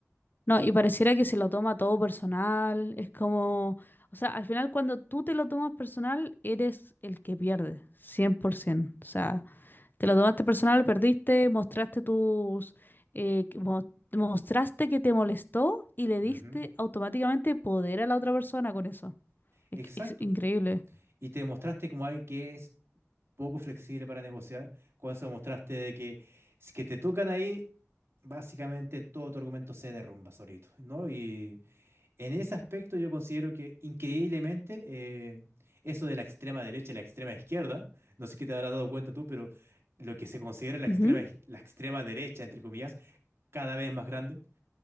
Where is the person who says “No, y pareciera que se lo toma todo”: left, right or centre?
Left